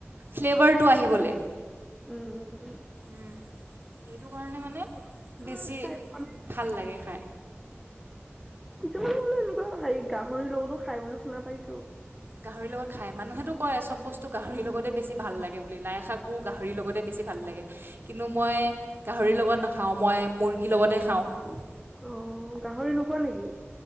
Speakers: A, on the right (about 50°); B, in the centre.
A: ফ্লেভাৰটো আহিবলে।
B: উম উম উম।
A: উম সেইটো কাৰণে মানে
B: উম।
A: বেছি
B: মই খাই পোৱা
A: ভাল লাগে খাই।
B: কিছুমান বোলো এনে হেৰি গাহৰি লগতো খাই বুলি শুনা পাইছো।
A: গাহৰিৰ লগত খাই মানুহেতো কয় চব বস্তু গাহৰিৰ লগতে বেছি ভাল লাগে। বুলি লাই শাকো গাহৰিৰ লগতে বেছি ভাল লাগে। কিন্তু মই গাহৰি লগত নাখাও মই মুৰ্গীৰ লগতে খাও।
B: অ', গাহৰি নোখোৱা নেকি?